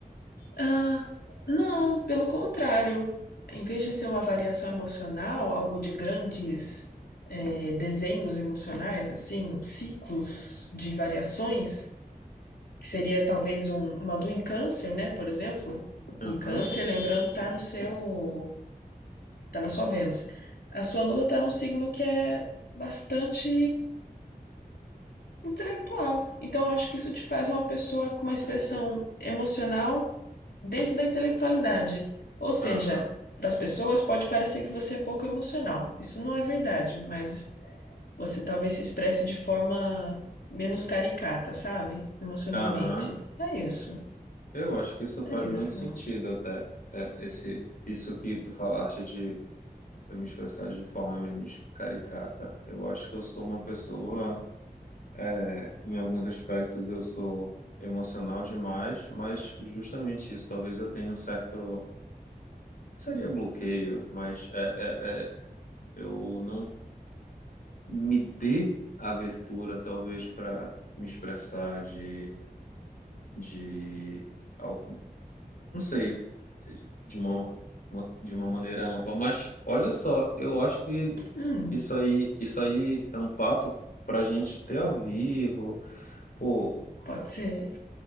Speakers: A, on the left; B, on the left.
A: Ah, não, pelo contrário. Em vez de ser uma variação emocional, algo de grandes eh, desenhos emocionais, assim, ciclos de variações, que seria talvez um- uma lua em câncer, né, por exemplo.
B: Aham,
A: E câncer, lembrando, está no seu, tá na sua Vênus. A sua lua está num signo que é bastante Intelectual. Então, eu acho que isso te faz uma pessoa com uma expressão emocional dentro da intelectualidade. Ou seja,
B: aham,
A: para as pessoas pode parecer que você é pouco emocional. Isso não é verdade, mas você talvez se expresse de forma menos caricata, sabe? Emocionalmente.
B: aham.
A: É isso.
B: Eu acho que isso faz
A: É
B: muito
A: isso.
B: sentido até, é, esse, isso que tu falaste de eu me expressar de forma menos caricata. Eu acho que eu sou uma pessoa, é, em alguns aspectos, eu sou emocional demais, mas justamente isso, talvez eu tenha um certo, seria bloqueio, mas é, é, é, eu não me dê abertura, talvez, para me expressar de, de al- não sei, de uma, uma- de uma maneira ampla, mas olha só, eu acho que
A: Hum,
B: isso aí, isso aí é um papo pra gente ter ao vivo, pô,
A: pode ser.